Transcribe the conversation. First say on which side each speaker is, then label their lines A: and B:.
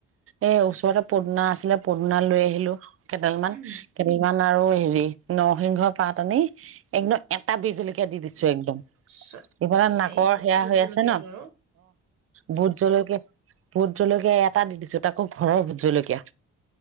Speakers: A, on the right; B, on the right.
A: এ ওচৰতে পদিনা আছিলে, পদিনা লৈ আহিলো। কেদেলমানমান
B: উম
A: কেদেলমান আৰু হেৰি নৰসিংহ পাত আনি একদম টা বি জলকীয়া দি দিছো একদম
B: চ
A: ইফালে, নাকৰ
B: এই
A: সেয়া
B: ভোট
A: হৈ
B: জলকীয়াটো
A: আছে। ন'
B: আৰু
A: ভোট জলকীয়া, ভোট জল জলকীয়া এটা দি দিছো তাকো ঘৰৰ জলকীয়া।